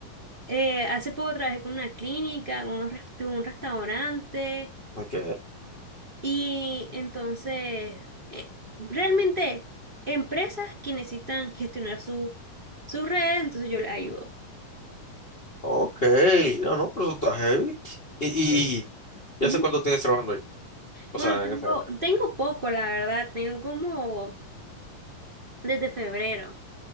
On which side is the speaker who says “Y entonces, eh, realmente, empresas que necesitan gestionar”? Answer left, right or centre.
Right